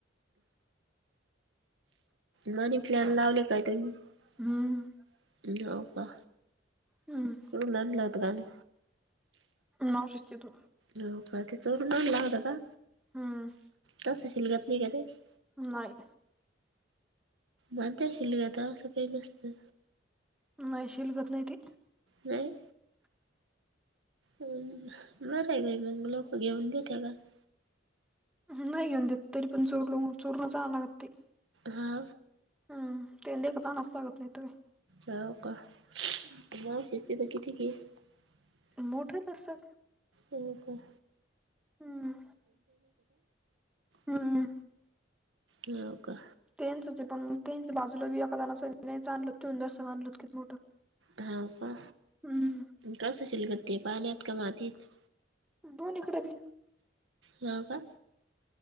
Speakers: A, on the right; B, in the centre.
A: नाही. प्लॅन लावले काय तुम्ही?
B: हम्म
A: हो का.
B: हम्म
A: उनातला त्रास काणी.
B: माऊशीच्यात
A: हो का, बाकी चोरून अनला होता का?
B: हम्म
A: तसंशल कात मी क ते. <inaudible>
B: नाही.
A: भणतशिल गता असं काही नसतं.
B: मायशील गत नाही ती.
A: नाही. बरं आहे बाई, मग लोक घेऊन देते का? <inaudible>
B: नाही घेऊन देत, तरी पण चोर चोरला आनाव लागत ते.
A: हा.
B: हम्म, ते देखतानाच लागत नाही ते.
A: हो का, ना शिस्ते तर किती. <inaudible>
B: मोठत कसं
A: हम्म हम्म.
B: हम्म
A: <inaudible>
B: हा.
A: हो का
B: तेच पण तेच बाजूला बी एकादाच आणलो ती दस आणलोत किती मोठं <inaudible>
A: हा का
B: हम्म
A: कसं शिलगत ते पाण्यात का मातीत.
B: दोन्ही कडे बी
A: हा का